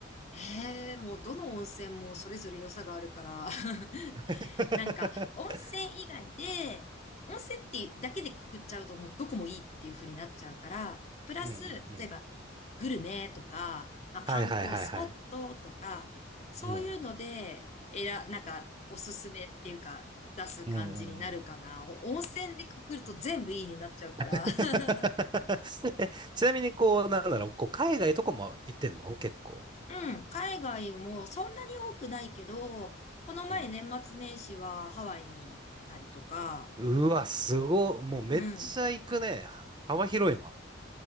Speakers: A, on the left; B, on the right.
A: ええ、もうどの温泉もそれぞれ良さがあるから、<laughs>
B: <laughs>
A: なんか、温泉以外で、温泉ってだけでくくっちゃうともうどこもいいっていう風になっちゃうから、プラス、
B: うんうんうん。
A: 例えば、グルメとか、まあ、観光スポットとか、
B: はいはいはいはい。
A: そういうので、
B: うん。
A: えら、なんか、おすすめっていうか、出す感じになるかな。
B: うんうんうん。
A: お温泉でくくると全部いいになっちゃうから。
B: <laughs>
A: <laughs>
B: え、ちなみに、こう、なんだろう、こう、海外とかも行ってんの結構。
A: うん、海外もそんなに多くないけど、この前年末年始はハワイに行ったりとか、
B: うんうわ、すご、もうめっちゃ行くね。
A: うん。
B: 幅広いな。